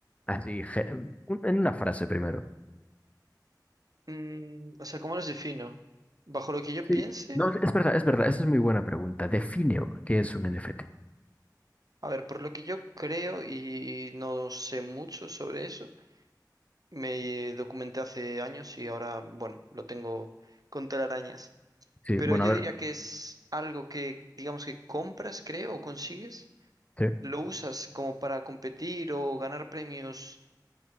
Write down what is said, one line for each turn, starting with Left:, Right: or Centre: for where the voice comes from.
Left: Así, ge- un- en una frase primero.
Right: Mm, o sea, ¿cómo los defino? Bajo lo que yo
Left: Sí,
Right: piense,
Left: No, es verdad, es verdad, esa es muy buena pregunta. Define qué es un NFT.
Right: a ver, por lo que yo creo y no sé mucho sobre eso, me documenté hace años y ahora, bueno, lo tengo con telarañas.
Left: Sí,
Right: Pero
Left: bueno,
Right: yo
Left: a ver.
Right: diría que es algo que, digamos que compras, creo, o consigues,
Left: Sí.
Right: lo usas como para competir o ganar premios